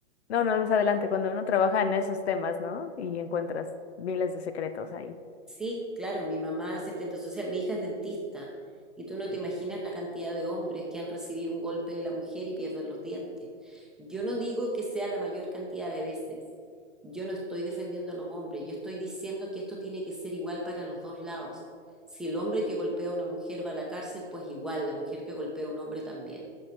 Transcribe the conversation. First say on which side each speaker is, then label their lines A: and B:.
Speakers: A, on the left; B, in the centre.
A: No, no, es adelante, cuando uno trabaja en esos temas, ¿no? Y encuentras miles de secretos ahí.
B: Sí, claro, mi mamá es asistente social, mi hija es dentista, y tú no te imaginas la cantidad de hombres que han recibido un golpe de la mujer y pierden los dientes. Yo no digo que sea la mayor cantidad de veces, yo no estoy defendiendo a los hombres, yo estoy diciendo que esto tiene que ser igual para los dos lados. Si el hombre que golpea a una mujer va a la cárcel, pues igual, la mujer que golpea a un hombre también,